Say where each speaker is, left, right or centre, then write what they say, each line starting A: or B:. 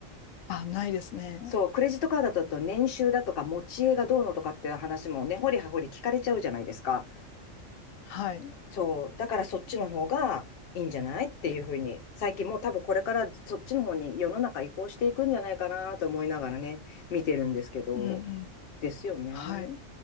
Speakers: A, on the left; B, on the left.
A: あ、ないですね。
B: そう、クレジットカードだと年収だとか持ち家がどうのとかっていう話もね、ほりはほり聞かれちゃうじゃないですか。
A: はい。
B: そう、だからそっちの方がいいんじゃないっていうふうに、最近もう多分これからそっちの方に世の中移行していくんじゃないかなと思いながらね、見てるんですけど、
A: うんうん。
B: ですよね。
A: はい。